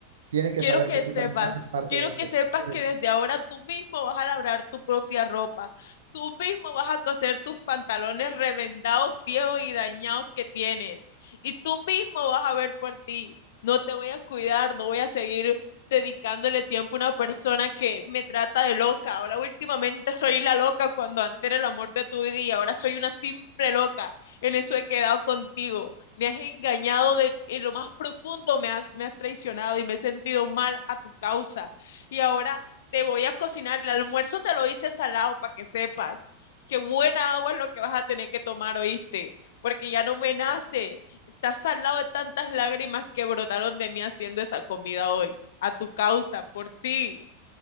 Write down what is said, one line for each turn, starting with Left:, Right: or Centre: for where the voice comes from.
Right: Tienes que
Left: Quiero
Right: saber
Left: que
Right: que tú
Left: sepas,
Right: también haces parte
Left: quiero
Right: de esto.
Left: que sepas
Right: Dime.
Left: que desde ahora tú mismo vas a labrar tu propia ropa. Tú mismo vas a coser tus pantalones remendados, viejos y dañados que tienes. Y tú mismo vas a ver por ti. No te voy a cuidar, no voy a seguir dedicándole tiempo a una persona que me trata de loca. Ahora últimamente soy la loca cuando antes era el amor de tu vida y ahora soy una simple loca. En eso he quedado contigo me has engañado de, en lo más profundo, me has, me has traicionado y me he sentido mal a tu causa. Y ahora te voy a cocinar, el almuerzo te lo hice salado para que sepas que buena agua es lo que vas a tener que tomar, ¿oíste? Porque ya no me nace, estás salado de tantas lágrimas que brotaron de mí haciendo esa comida hoy, a tu causa, por ti.